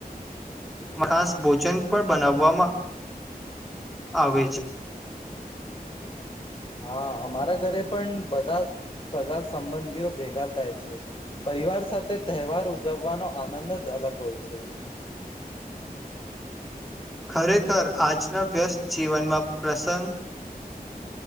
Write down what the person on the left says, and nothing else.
હા અમારા ઘરે પણ બધા સગા સંબંધીઓ ભેગા થાય છે, પરિવાર સાથે તહેવાર ઉજવવાનો આનંદ જ અલગ હોય છે.